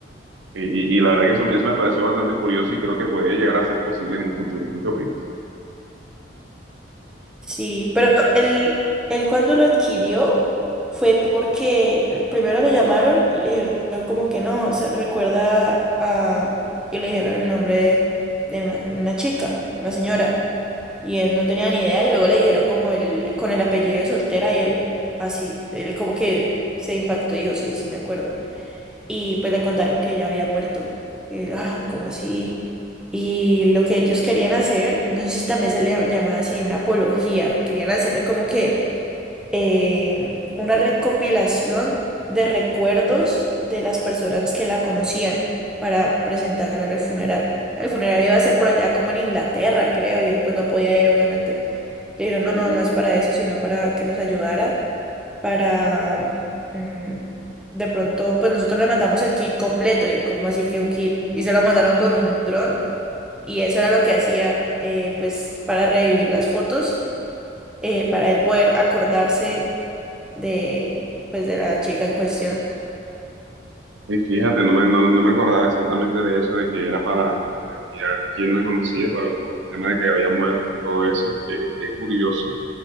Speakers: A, on the right (about 75°); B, in the centre.
A: y, y- y la verdad que eso, eso me pareció bastante curioso y creo que podría llegar a ser posible en un futuro. ¿Tú qué opinas?
B: Sí, pero él, él cuando lo adquirió fue porque primero lo llamaron y le dijeron como que no, se recuerda a... y le dijeron el nombre de una, una chica, una señora, y él no tenía ni idea y luego le dijeron como el, con el apellido de soltera y él así, él como que se impactó y dijo, sí, sí me acuerdo y pues le contaron que ella había muerto. Y él, ay, ¿cómo así? Y lo que ellos querían hacer, no sé si también se le llamaba así una apología, querían hacerle como que eh, una recopilación de recuerdos de las personas que la conocían para presentarlo en el funeral. El funeral iba a ser por allá como en Inglaterra, creo, y él pues no podía ir, obviamente. Le dijeron, no,
A: Oh,
B: no, no es para eso, sino para que nos ayudara, para, mm, de pronto, pues nosotros le mandamos el kit completo y él como así que un kit, y se lo mandaron con un dron y eso era lo que hacía, eh, pues para revivir las fotos, eh, para él poder acordarse de, pues de la chica en cuestión.
A: Y fíjate, no me, no, no me acordaba exactamente de eso, de que era para, para mirar quién la conocía, para, por el tema de que había muerto y todo eso. Qué, qué curioso.